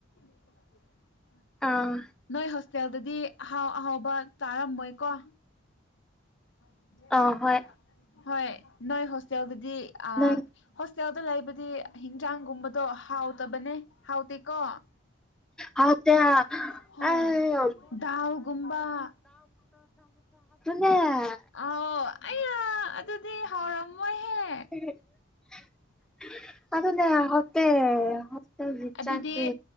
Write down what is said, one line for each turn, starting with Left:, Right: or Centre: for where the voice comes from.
Left: <unintelligible>
Centre: ꯑꯥ
Left: ꯅꯣꯏ ꯍꯣꯁꯇꯦꯜꯗꯗꯤ ꯑꯍꯥꯎ ꯑꯍꯥꯎꯕ ꯆꯥꯔꯝꯃꯣꯏꯀꯣ <unintelligible>
Centre: ꯑꯥ ꯍꯣꯏ
Left: ꯍꯣꯏ ꯅꯣꯏ ꯍꯣꯁꯇꯦꯜ ꯗꯗꯤ ꯑ
Centre: ꯅꯪ
Left: ꯍꯣꯁꯇꯦꯜꯗ ꯂꯩꯕꯗꯤ ꯍꯤꯟꯖꯥꯡꯒꯨꯝꯕꯗꯣ ꯍꯥꯎꯇꯕꯅꯦ ꯍꯥꯎꯇꯦꯀꯣ
Centre: ꯍꯥꯎꯇꯦ <unintelligible>
Left: ꯍꯣꯏ
Centre: ꯑꯦ
Left: ꯗꯥꯜꯒꯨꯝꯕ
Centre: <unintelligible> <unintelligible> <unintelligible>
Left: ꯑꯥꯎ ꯑꯩꯩꯌꯥ ꯑꯗꯨꯗꯤ ꯍꯥꯎꯔꯝꯃꯣꯏꯍꯦ
Centre: <unintelligible> ꯑꯗꯨꯗꯅꯦ ꯍꯥꯎꯇꯦ ꯍꯣꯁꯇꯦꯜꯒꯤ
Left: ꯑꯗꯨꯗꯤ
Centre: ꯆꯥꯛꯇꯤ